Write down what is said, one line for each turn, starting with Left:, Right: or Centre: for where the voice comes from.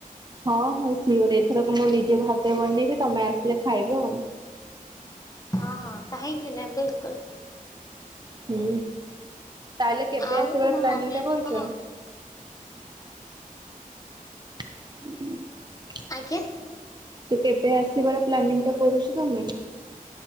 Right: ହଁ ହଁ ସିଓର ଏଥରକ ମୁଁ ନିଜେ ମୋ ହାତରେ ବନେଇବି ତମେ ଆସିଲେ ଖାଇବ ଆଉ।
Left: ହଁ ହଁ କହିଁକି ନାଁ ବିଲକୁଲ୍
Right: ହୁଁ ତାହେଲେ କେବେ
Left: ଆଉ
Right: ଆସିବାର
Left: ତମ
Right: ପ୍ଲାନିଂଟା
Left: ମମି ଏବେ
Right: କରୁଚ?
Left: କଣ
Right: <inaudible>
Left: ଆଜ୍ଞା
Right: ତୁ କେବେ ଆସିବାର ପ୍ଲାନିଂଟା କରୁଛ ତମେ?